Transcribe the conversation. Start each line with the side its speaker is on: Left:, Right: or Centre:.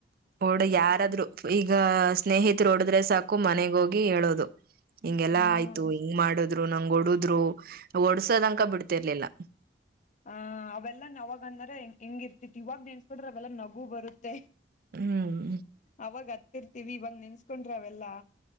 Right: ಓಡ
Left: ಹ್ಮ್
Right: ಯಾರಾದ್ರು ಈಗ ಸ್ನೇಹಿಿತರು ಹೊಡದ್ರೆ ಸಾಕು ಮನೆಗೋಗಿ ಹೇಳೋದು ಹಿಂಗೆಲ್ಲಾ
Left: ಹ್ಮ್
Right: ಆಯ್ತು ಹಿಂಗ್ ಮಾಡುದ್ರು ನಂಗ ಒಡುದ್ರು ಓಡ್ಸೋದಂಕ ಬಿಡ್ತಿರ್ಲಿಲ್ಲ
Left: ಆ ಅವೆಲ್ಲ ನವಾಗ ಅಂದ್ರ ಹೆಂಗ ಇರ್ತಿ ಇವಾಗ ನೆನ್ಸ್ಕೊಂಡ್ರೆ ಅವೆಲ್ಲಾ ನಗು ಬರುತ್ತ
Right: ಹ್ಮ್
Left: ಅವಾಗ ಹತ್ತಿರ್ತಿೀವಿ ಇವಾಗ ನೆನ್ಸ್ಕೊಂಡ್ರಿ ಅವೆಲ್ಲಾ